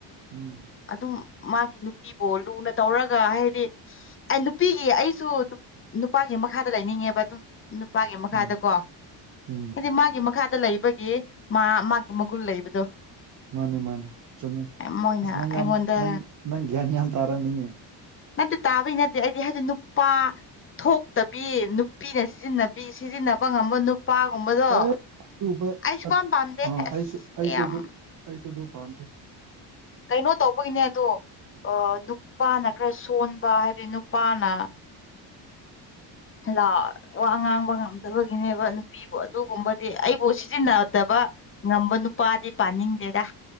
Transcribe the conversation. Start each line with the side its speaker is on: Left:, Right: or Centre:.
Right: ꯎꯝ
Left: ꯑꯗꯨꯝ ꯃꯥꯒꯤ ꯅꯨꯄꯤꯕꯨ ꯂꯨꯅ ꯇꯧꯔꯒ ꯍꯥꯏꯗꯤ ꯑꯩ ꯅꯨꯄꯤꯒꯤ ꯑꯩꯁꯨ ꯅꯨꯄꯥꯒꯤ ꯃꯈꯥꯗ ꯂꯩꯅꯤꯡꯉꯦꯕ ꯑꯗꯨꯝ ꯅꯨꯄꯥꯒꯤ ꯃꯈꯥꯗꯀꯣ
Right: ꯎꯝ ꯎꯝ
Left: ꯍꯥꯏꯗꯤ ꯃꯥꯒꯤ ꯃꯈꯥꯗ ꯂꯩ ꯕꯒꯤ ꯃꯥ ꯃꯥꯒꯤ ꯃꯒꯨꯟ ꯂꯩꯕꯗꯣ
Right: ꯃꯥꯅꯦ ꯃꯥꯅꯦ ꯆꯨꯝꯃꯦ
Left: ꯃꯣꯏꯅ
Right: ꯑꯁ ꯅꯪ
Left: ꯑꯩꯉꯣꯟꯗ
Right: ꯌꯥꯝ ꯅꯪ ꯅꯪ ꯒ꯭ꯌꯥꯟ ꯌꯥꯝ ꯇꯥꯔꯝꯃꯦꯅꯦ
Left: ꯅꯠꯇꯦ ꯇꯥꯕꯩ ꯅꯠꯇꯦ ꯑꯩꯗꯤ ꯍꯥꯏꯗꯤ ꯅꯨꯄꯥ ꯊꯣꯛꯇꯕꯤ ꯅꯨꯄꯤꯅ ꯁꯤꯖꯤꯟꯅꯕꯤ ꯁꯤꯖꯤꯟꯅꯕ ꯉꯝꯕ ꯅꯨꯄꯥꯒꯨꯝꯕꯗꯣ
Right: ꯑꯦ <unintelligible>
Left: ꯑꯩ ꯁꯨꯄꯥꯝ
Right: ꯑꯩꯁꯨ
Left: ꯄꯥꯝꯗꯦ ꯑꯁ
Right: ꯑꯩꯁꯨ
Left: ꯌꯥꯝ
Right: ꯑꯗꯨ ꯑꯩꯁꯨ ꯑꯗꯨ ꯄꯥꯝꯗꯦ
Left: ꯀꯩꯅꯣ ꯇꯧꯕꯒꯤꯅꯦ ꯑꯗꯣ ꯑꯥ ꯅꯨꯄꯥꯅ ꯈꯔ ꯁꯣꯟꯕ ꯍꯥꯏꯕꯗꯤ ꯅꯨꯄꯥꯅ ꯂꯥ ꯋꯥ ꯉꯥꯡꯕ ꯉꯝꯗꯕꯒꯤꯅꯦꯕ ꯅꯨꯄꯤ ꯑꯗꯨꯒꯨꯝꯕꯗꯤ ꯑꯩꯕꯨ ꯁꯤꯖꯤꯟꯅꯗꯕ ꯉꯝꯕ ꯅꯨꯄꯥꯗꯤ ꯄꯥꯅꯤꯡꯗꯦꯗ